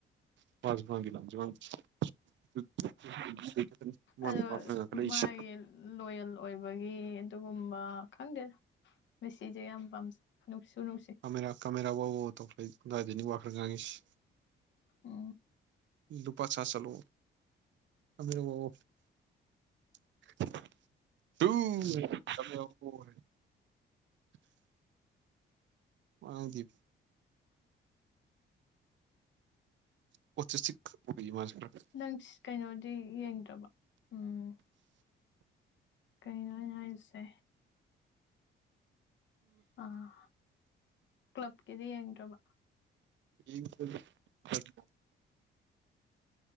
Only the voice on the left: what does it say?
ꯑꯗꯣ ꯃꯥꯒꯤ ꯂꯣꯌꯦꯜ ꯑꯣꯏꯕꯒꯤ ꯑꯗꯨꯒꯨꯝꯕ ꯈꯪꯗꯦ ꯃꯁꯤꯁꯦ ꯌꯥꯝ ꯄꯥꯝꯖꯩ ꯅꯨꯡꯁꯨ ꯅꯨꯡꯁꯤ
ꯎꯝ
ꯅꯪ ꯀꯩꯅꯣꯗꯤ ꯌꯦꯡꯗ꯭ꯔꯕꯣ ꯎꯝ꯫ ꯀꯩꯅꯣ ꯑꯩꯅ ꯍꯥꯏꯔꯤꯁꯦ꯫ ꯑꯥ ꯀ꯭ꯂꯕꯀꯤꯗꯤ ꯌꯦꯡꯗ꯭ꯔꯕ꯫